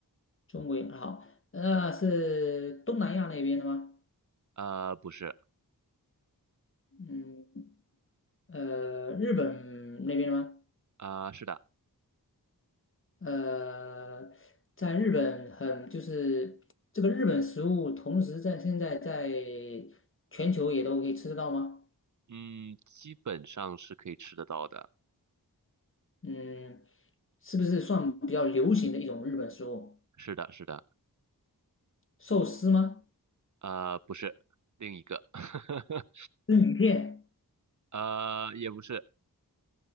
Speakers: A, on the left (about 35°); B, on the right (about 50°).
A: 中国以好，那、是东南亚那边的吗？
B: 呃，不是，
A: 嗯，呃，日本那边的吗？
B: 呃，是的，
A: 呃，在日本很就是这个日本食物，同时在现在在全球也都可以吃得到吗？
B: 嗯，基本上是可以吃得到的。
A: 嗯，是不是算比较流行的一种日本食物？
B: 是的，是的，
A: 寿司吗？
B: 呃，不是，另一个，<laughs>
A: 生鱼片？
B: 呃，也不是。